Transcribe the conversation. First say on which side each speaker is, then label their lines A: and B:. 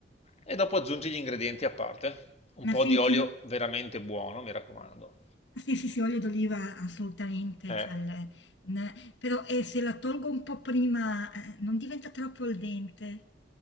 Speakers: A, on the left; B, on the left.
A: e dopo aggiungi gli ingredienti a parte. Un
B: Ma
A: po'
B: senti,
A: di olio
B: no
A: veramente buono, mi raccomando.
B: sì, sì, sì, olio d'oliva assolutamente,
A: Eh.
B: c'ha il n però, ehm, se la tolgo un po' prima, ehm, non diventa troppo al dente.